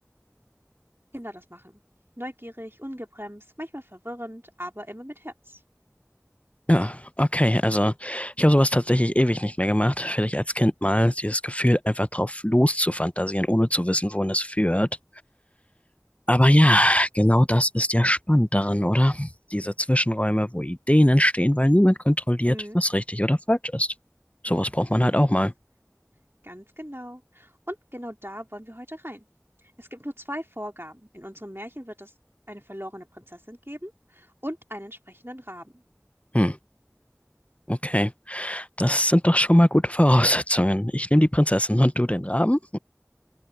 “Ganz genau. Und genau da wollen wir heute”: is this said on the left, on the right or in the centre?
Right